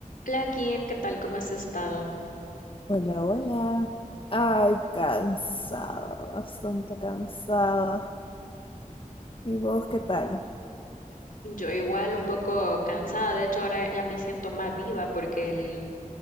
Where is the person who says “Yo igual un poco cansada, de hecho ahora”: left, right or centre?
Left